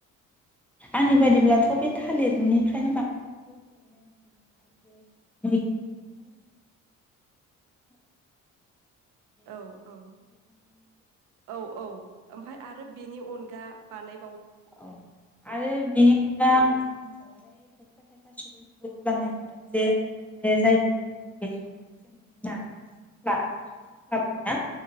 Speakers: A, in the centre; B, on the right.
A: आंनि बायदिब्लाथ' बे थालिरनिफ्रायनो बांसिनखौ खालामनाय <unintelligible>
B: औ औ औ औ ओमफ्राय आरो बिनि अनगा बानाय
A: औ आरो बे दा आङो जोंनि ओनसोलावहाय खायफा खाय फा सुबुंफोरखौ खालामनाय नुदों जे जायफोर जोङो बेसर जों लानानै साख्ला बेसर साख्ला बुङो ना